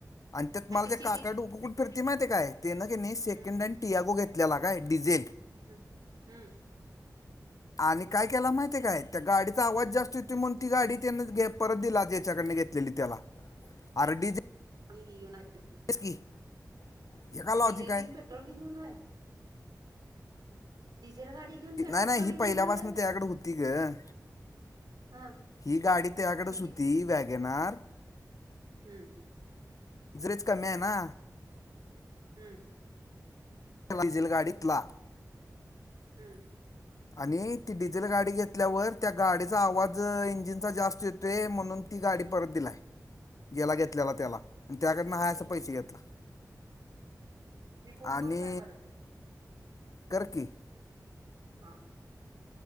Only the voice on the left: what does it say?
आणि त्यात मला
ते काका <unintelligible> घेवून फिरतय माहिती काय ते न की नाही सेकंड
हँड टियागो घेतल्याला काय डिझेल
आणि काय केला, माहितीय काय? त्या गाडीचा आवाज जास्त येतोय, म्हणून ती गाडी त्यान घ परत दिला, ज्याच्या कडन घेतलेली त्याला. आरं! डिझे
<unintelligible> हे का
लॉजिक
आहे
नाही नाही
ही
पहिल्या
पासून, त्याकडे होती. ती गं
ही गाडी त्याकडेच
होती, वॅगनार
ज्रेज कमी हाय, ना
<unintelligible> डिझेल गाडीत ला.
आणि ती डिझेल गाडी घेतल्यावर, त्या गाडीचा आवाज इंजिनचा जास्त येतोय म्हणून ती गाडी परत दिलाय.
याला घेतलेला त्याला, आणि त्याकडनं
हा
अस
पैसे
घेतला.
आणि
कर की.